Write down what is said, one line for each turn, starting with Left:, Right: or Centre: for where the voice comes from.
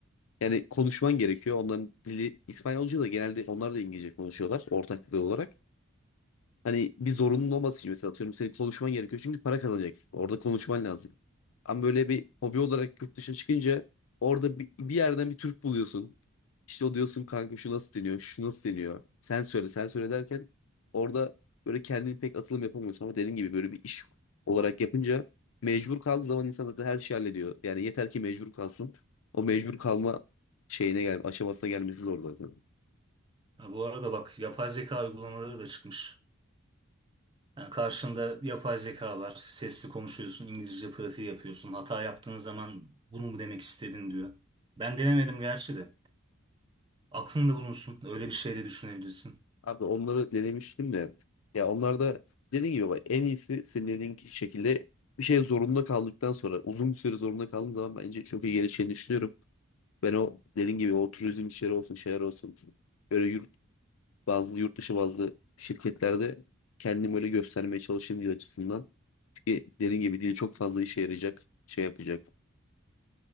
Left: Yani konuşman gerekiyor. Onların dili İspanyolca da genelde onlar da İngilizce konuşuyorlar ortak dil olarak. Hani bir zorunluluğun olması için mesela atıyorum senin konuşman gerekiyor çünkü para kazanacaksın. Orada konuşman lazım. Ama böyle bir hobi olarak yurt dışına çıkınca orada bir, bir yerden bir Türk buluyorsun. İşte o diyorsun kanka şu nasıl deniyor, şu nasıl deniyor. Sen söyle, sen söyle derken orada böyle kendini pek atılım yapamıyorsun. Ama dediğin gibi böyle bir iş olarak yapınca mecbur kaldığı zaman insan zaten her şeyi hallediyor. Yani yeter ki mecbur kalsın. O mecbur kalma şeyine gel, aşamasına gelmesi zor zaten.
Right: Ha, bu arada bak yapay zeka uygulamaları da çıkmış. Yani karşında yapay zeka var. Sesli konuşuyorsun, İngilizce pratiği yapıyorsun. Hata yaptığın zaman bunu mu demek istedin diyor. Ben denemedim gerçi de. Aklında bulunsun. Öyle bir şey de düşünebilirsin.
Left: Abi onları denemiştim de. Ya onlar da dediğin gibi bak en iyisi senin dediğin ki- şekilde bir şey zorunda kaldıktan sonra uzun bir süre zorunda kaldığın zaman bence çok iyi gelişeceğini düşünüyorum. Ben o dediğin gibi o turizm işleri olsun şeyler olsun böyle yurt bazı yurt dışı bazı şirketlerde kendimi öyle göstermeye çalışayım diye açısından. Çünkü dediğin gibi dil çok fazla işe yarayacak şey yapacak.